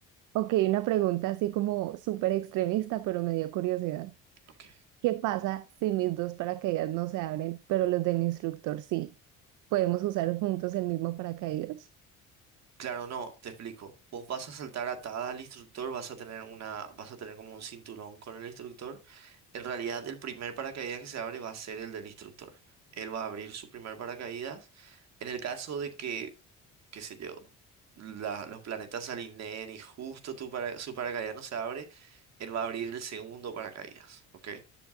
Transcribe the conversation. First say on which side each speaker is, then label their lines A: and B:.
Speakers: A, on the right (about 70°); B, on the right (about 55°).
A: Ok, una pregunta así como súper extremista, pero me dio curiosidad.
B: Ok.
A: ¿Qué pasa si mis dos paracaídas no se abren, pero los de mi instructor sí? ¿Podemos usar juntos el mismo paracaídas?
B: Claro, no, te explico. Vos vas a saltar atada al instructor, vas a tener una, vas a tener como un cinturón con el instructor. En realidad, el primer paracaídas que se abre va a ser el del instructor. Él va a abrir su primer paracaídas. En el caso de que, qué sé yo, la- los planetas se alineen y justo tu para- su paracaídas no se abre, él va a abrir el segundo paracaídas, ¿ok?